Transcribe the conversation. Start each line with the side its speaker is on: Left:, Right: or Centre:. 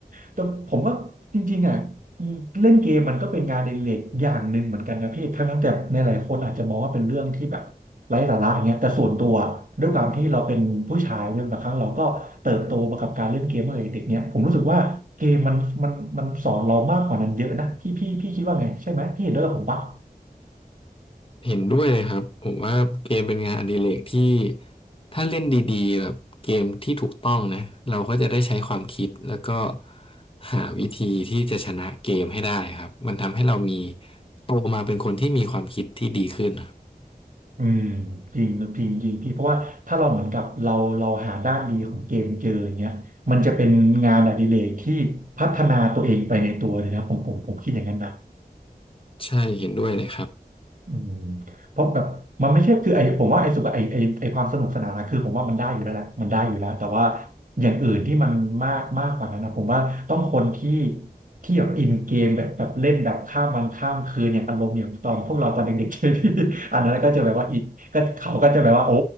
Right: แต่ผมว่าจริงๆอ่ะเล่นเกมมันก็เป็นงานอดิเรกอย่างหนึ่งเหมือนกันนะพี่ทั้งๆแต่ในหลายคนอาจจะมองว่าเป็นเรื่องที่แบบไร้สาระอย่างเงี้ยแต่ส่วนตัวด้วยความที่เราเป็นผู้ชายเนี่ยบางครั้งเราก็เติบโตมากับการเล่นเกมตั้งแต่เด็กเนี่ยผมรู้สึกว่าเกมมันมันมันสอนเรามากกว่านั้นเยอะนะพี่พี่พี่คิดว่าไงใช่ไหมพี่เห็นด้วยกับผมปะ
Left: เห็นด้วยเลยครับผมว่าเกมเป็นงานอดิเรกที่ถ้าเล่นดีๆแบบเกมที่ถูกต้องนะเราก็จะได้ใช้ความคิดแล้วก็หาวิธีที่จะชนะเกมให้ได้ครับมันทำให้เรามีโตมาเป็นคนที่มีความคิดที่ดีขึ้นครับ
Right: อืมจริงจริงจริงพี่เพราะว่าถ้าเราเหมือนกับเราเราหาด้านดีของเกมเจออย่างเงี้ยมันจะเป็นงานอดิเรกที่พัฒนาตัวเองไปในตัวเลยนะผมผมผมคิดอย่างนั้นนะ
Left: ใช่เห็นด้วยเลยครับ
Right: อืมเพราะแบบมันไม่ใช่คือไอผมว่าไอสุขไอไอไอความสนุกสนานนะคือผมว่ามันได้อยู่แล้วแหละมันได้อยู่แล้วแต่ว่าอย่างอื่นที่มันมากมากกว่านั้นนะผมว่าต้องคนที่ที่แบบอินเกมแบบแบบเล่นแบบข้ามวันข้ามคืนอย่างอารมณ์อย่างตอนพวกเราตอนเด็กๆ <laughs> ใช่ไหมพี่อันนั้นก็จะแบบว่าอีกก็เขาก็จะแบบว่าโอ้